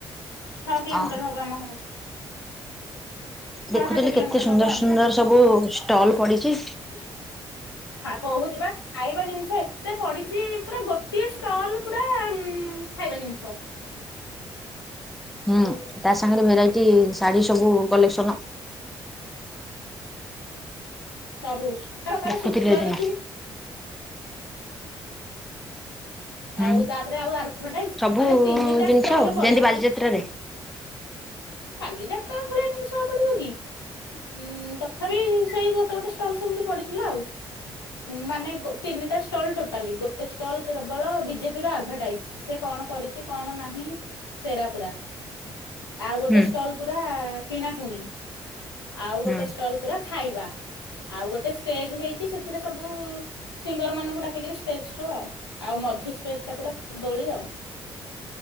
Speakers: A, on the left (about 85°); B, in the centre.
A: ଛଅ କିଲୋମିଟର
B: ଅ
A: ହବ ଆମ ଘରଠୁ।
B: ଦେଖୁଥିଲି
A: ସାତ କିଲୋମିଟର
B: କେତେ ସୁନ୍ଦର
A: ହବ ଆଉ।
B: ସୁନ୍ଦର ସବୁ ଷ୍ଟଲ ପଡ଼ିଛି।
A: <inaudible> ହଁ, କହୁଛି ବା ଖାଇବା ଜିନିଷ ଏତେ ପଡିଛି, ପୁରା ଗୋଟିଏ ଷ୍ଟଲ ପୁରା ଉ ଖାଇବା ଜିନିଷ।
B: ହୁଁ, ତା ସାଙ୍ଗରେ ଭେରାଇଟି ଶାଢ଼ୀ ସବୁ କଲେକ୍ସନ।
A: ସବୁ ଶଖୁଆ <unintelligible> ପ୍ରକାର
B: ଦେଖୁଥିଲେ
A: ଶୁଖୁଆ
B: ହେଦିନ।
A: ଦେଖିବୁ।
B: ହୁଁ
A: ଆଉ ତାପରେ ଆଉ ଆଡଭଟାଇଜ
B: ସବୁ
A: ମାନେ ତିନିଟା
B: ଜିନିଷ
A: ଷ୍ଟଲ
B: ଆଉ
A: ପଡିଛି।
B: <unintelligible>
A: ବାଲି ଯାତ୍ରା ଭଳିଆ ଜିନିଷ ଆଉ ପଡିବ କି? ଉଁ ତଥାପି ସେଇ ଗୋଟେ ଗୋଟେ ଷ୍ଟଲ ସେମିତି ପଡିଥିଲା ଆଉ। ମାନେ ଗୋ ତିନଟା ଷ୍ଟଲ ଟୋଟାଲି। ଗୋ ଗୋଟେ ଷ୍ଟଲ କେବଳ ବିଜେପିର ଆଡଭଟାଇଜ। ସେ କଣ କରିଛି, କଣ ନାହିଁ ସେରା ପୁରା। ଆଉ ଗୋଟେ
B: ହୁଁ
A: ଷ୍ଟଲ ପୁରା କିଣାକୁଣି, ଆଉ ଗୋଟେ
B: ହୁଁ।
A: ଷ୍ଟଲ ପୁରା ଖାଇବା। ଆଉ ଗୋଟେ ଷ୍ଟେଜ ହେଇଛି ସେଥିରେ ସବୁ ସିଙ୍ଗର ମାନଙ୍କୁ ଡାକିକରି ଷ୍ଟେଜ ଶୋ। ଆଉ ଆଉ ମଝି ସ୍ପେସ ଟା ପୁରା ଦୋଳି ଆଉ।